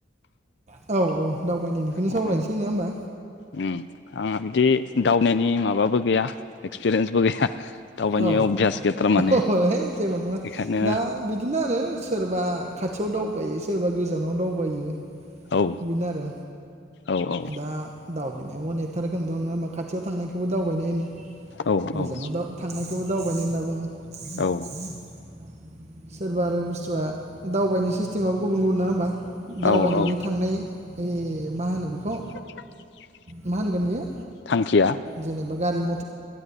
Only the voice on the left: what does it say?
अ
उम आंहा बिदि दावनायनि माबाबो गैया एक्सपिरियेन्सबो गैया। दावबायनि
अभ्यास गैथारा माने
बेखायनो
औ
औ औ
औ
औ
औ
औ औ
<unintelligible>
थांखिया